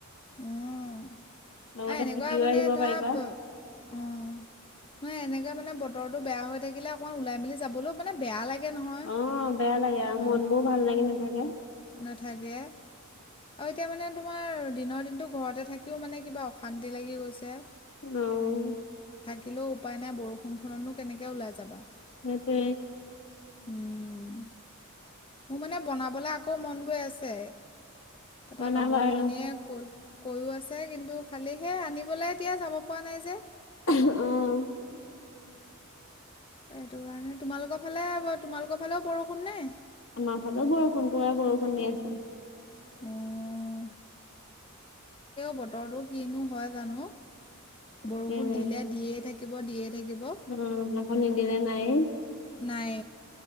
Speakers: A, on the left (about 25°); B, on the left (about 65°).
A: উম
B: লগতে
A: আৰু এনেকুৱা
B: চাইটিও
A: মানে
B: আহিব
A: ধৰা
B: পাৰিবা
A: অ নহ এনেকাে মানে বতৰটো বেয়া হৈ থাকিলে অকণমান ওলাই মিলি যাবলৈ মানে বেয়া লাগে নহয়
B: অ বেয়া লাগে আৰু
A: মানুহ
B: মন বোৰ ভাল লাগি নাথাকে
A: নাথাকে আৰু এতিয়া মানে তোমাৰ দিনৰ দিনটো ঘৰতে থাকিও মানে কিবা অশান্তি লাগি গৈছে
B: উম
A: থাকিলেও উপায় নাই বৰষুণখননো কেনেকে ওলাই যাবা
B: সেইটো
A: উম মোৰ মানে বনাবলৈ আকৌ মন গৈ আছে তাৰপা
B: বনাবা
A: লগৰ
B: আৰু
A: জনীয়ে কৈ কৈও আছে কিন্তু খালি সেই আনিবলৈ এতিয়া যাব পৰা নাই যে
B: আহ
A: সেইটো কাৰণে তোমালোকৰ ফালে তোমালোকৰ ফালেও বৰষুণ নে
B: আমাৰ ফালে বৰষুণ পুৰা বৰষুণ দি আছে
A: উম বতৰটো কিনো হয় জানো বৰষুণ
B: তাকেহে
A: দিলে দিয়ে থাকে থাকিব দিয়ে থাকিব
B: উম আকৌ নিদিলে নাই
A: নাই